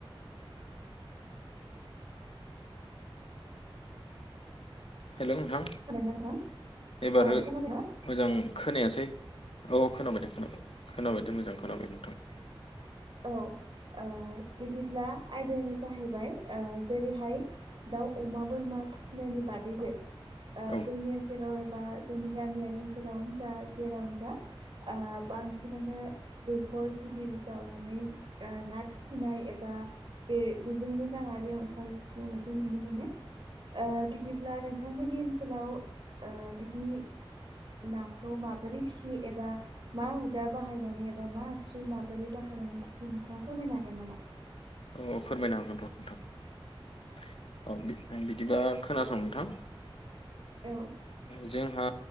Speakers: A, on the left (about 70°); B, on the right (about 60°).
A: हेल' नोंथां।
B: नोंथां
A: एबारो
B: औ खोनादोंना
A: मोजां खोनायासै। औ खोनाबाय दे खोनाबाय खोनाबाय दे मोजां खोनाबाय नोंथां।
B: औ ओ बिदिब्ला आयदायानो जाहैबाय ओ जेरैहाय दाउ अमा बोरमा फिसिनायनि बादैबो, ओ
A: औ
B: जोंनि ओनसोलाव ए बा जोंनि गामियारि ओनसोलाव जा जेरावनो जा आ बांसिनानो दैखर गिदिर जावनानै ना फिसिनाय एबा बे बेजोंनो राङारियाव ओंखार सुफुंनायखौ नुनो मोनो। ओ बिदिब्ला नोंथांमोननि ओनसोलाव ओ बिदि नाखौ माबोरै फिसियो एबा मा हुदा बाहायनानै एबा मा आगसु माबोरै बाहायनानै नोंथाङा फोरमायनो हागोन नामा?
A: औ फोरमायनो हागोन र' नोंथां औ <unintelligible> बिदिबा खोनासं नोंथां
B: औ
A: जोंहा